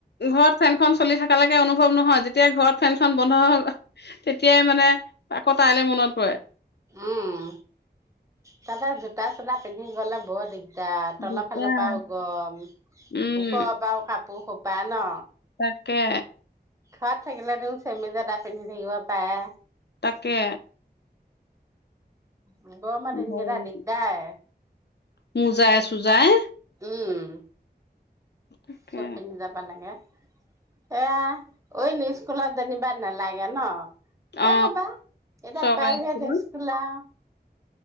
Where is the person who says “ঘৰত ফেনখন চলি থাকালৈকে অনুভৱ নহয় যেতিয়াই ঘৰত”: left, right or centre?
Left